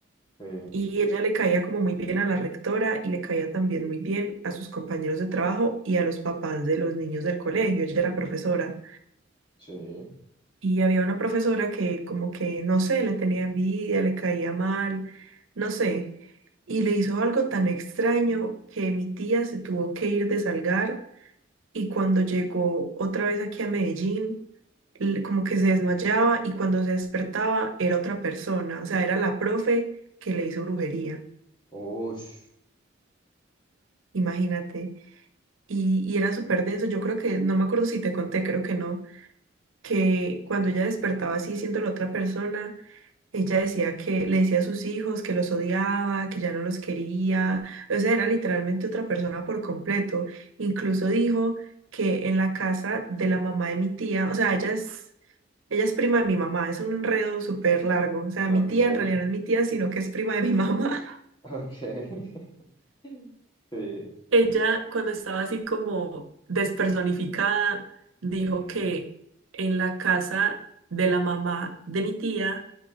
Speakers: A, on the left; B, on the right.
A: sí,
B: y ella le caía como muy bien a la rectora y le caía también muy bien a sus compañeros de trabajo y a los papás de los niños del colegio. Ella era profesora
A: sí.
B: y había una profesora que como que, no sé, le tenía envidia, le caía mal, no sé. y le hizo algo tan extraño que mi tía se tuvo que ir de Salgar y cuando llegó otra vez aquí a Medellín, l- como que
A: ujú.
B: se desmayaba y cuando se despertaba era otra persona, o sea, era la profe que le hizo brujería,
A: Ush,
B: imagínate. Y, y era súper denso, yo creo que, no me acuerdo si te conté, creo que no, que cuando ella despertaba así siendo la otra persona, Ella decía que le decía a sus hijos que los odiaba, que ya no los quería, o sea, era literalmente otra persona por completo. Incluso dijo que en la casa de la mamá de mi tía, o sea, ella es, ella es prima de mi mamá, es un enredo súper largo, o sea,
A: ok,
B: mi tía en realidad no es mi tía, sino que es prima de mi <laughs> mamá.
A: ok. <laughs> Sí,
B: Ella, cuando estaba así como despersonificada, dijo
A: ujú,
B: que en la casa de la mamá de mi tía